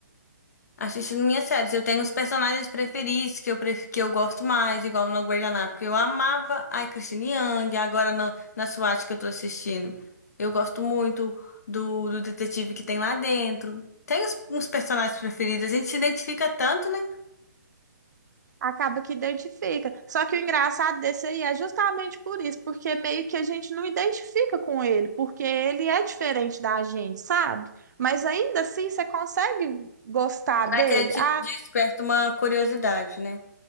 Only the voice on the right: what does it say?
acaba que identifica. Só que o engraçado desse aí é justamente por isso, porque meio que a gente não identifica com ele, porque ele é diferente da gente, sabe? Mas ainda assim você consegue gostar dele.
Ah,